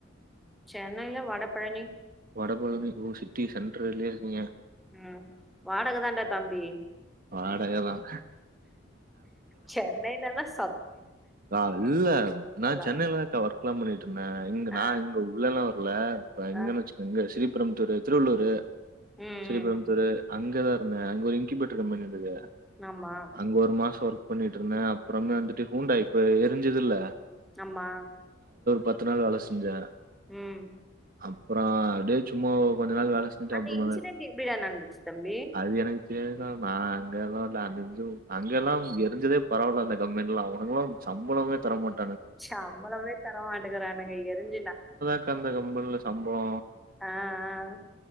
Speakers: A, in the centre; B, on the right (about 50°).
A: சென்னையில வடப்பழனி
B: வடபழனி ஓ சிட்டி சென்டர்லயே இருக்கீங்க
A: உம் வாடகை தான்டா தம்பி
B: வாடகை தான்.
A: சென்னையில எல்லாம்
B: ஆஹ் இல்ல நான்
A: போல
B: சென்னையில தான்க்கா ஓர்க் எல்லாம் பண்ணிட்டு ட்ருந்தேன் இங்க நா
A: ஆ
B: இங்க உள்ளலாம் வரல இப்ப இங்க
A: ஆ
B: வச்சுங்க இங்க சிரி பெரும்புதூரு திருவள்ளூரு
A: ம்
B: ஸ்ரீபெரும்புதூரு
A: ம் ம்
B: அங்கதா <unintelligible> அங்க ஒரு இங்கிபேட்ரு கம்பெனி இருந்துது
A: ஆமா
B: அங்க ஒரு மாசம் ஒர்க் பண்ணிட்டு இருந்தே அப்றம வந்துட்டு ஹூண்டா இப்ப எரிஞ்சது இல்ல
A: ஆமா
B: பத்து நாள் வேல செஞ்சே
A: உம்
B: அப்றோ அப்டியே சும்மா கொஞ்ச நாள் வேல செஞ்ட்டு
A: அந்த
B: அப்புறமாத
A: இன்சிடென்ட் எப்டிடா நடந்துச்சு தம்பி
B: அது எனக்கு <unintelligible> அங்கல்லா இ எரிஞ்சதே பரவால்ல அந்த கம்பெண்லா ஒ <unintelligible> சம்பளமே தர மாட்
A: சம்பளமே தர மாட்டுக்கிறானுங்க எரிஞ்சுனா
B: இன்னும் அந்த கம்பன்ல சம்பலோ
A: ஆஹ்